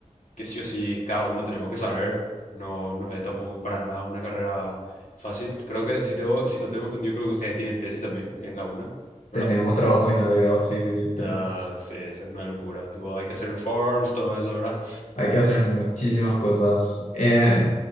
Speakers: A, on the left (about 80°); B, on the left (about 65°).
A: que sí o sí cada uno tenemos que saber. No, no es tampoco para nada una carrera fácil. Creo que, si, tengo, si no tengo entendido, creo que ustedes tienen tesis también en la UNA, ¿verdad?
B: tenemos trabajo final de grado, sí, sí, sí, tenemos.
A: Ah, sí, es una locura. Tipo, hay que hacer reforms, todo eso, ¿verdad?
B: Hay que hacer muchísimas cosas. Eh,